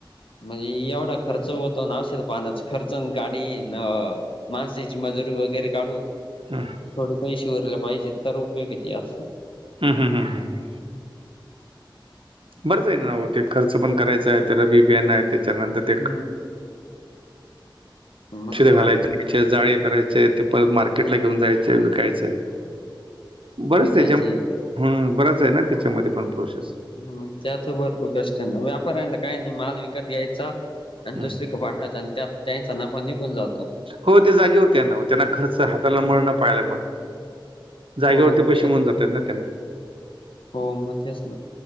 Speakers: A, on the left (about 80°); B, on the right (about 85°).
A: म्हणजे एवढा खर्च होतो ना खर्च गाडीन माणसेची मजुरी वगैरे काढून.
B: हां
A: थोडे पैसे उरले पाहिजे तर उपयोग त्यास.
B: हम हं हम. बरंच ना ते खर्च करायचा आहे त्याला बी बीयान आहे त्याच्यानंतर ते.
A: हम्म मग
B: शिध
A: तेच
B: घालायचे. जाळी करायचे ते परत मार्केट ला घेऊन जायचे विकायचंय. बरंच
A: विकायचे.
B: त्याच्या ह बराच आहे ना त्याच्यामध्ये पण प्रोसेस.
A: हम त्याच भरपूर कष्ट आहे न व्यापाऱ्यांला काही नाही माल विकत घ्यायचा. अन्
B: हं.
A: दुसरीक पाठवायचं आणि त्या त्यांचा नफा निघून जातो.
B: हो ते जागेवरती ना त्यांना खर्च हाताला मळ ना पायाला मळ. जागेवरती
A: हो
B: पैसे
A: तेच
B: मिळून जातात ना त्यांना.
A: हो म तेच ना.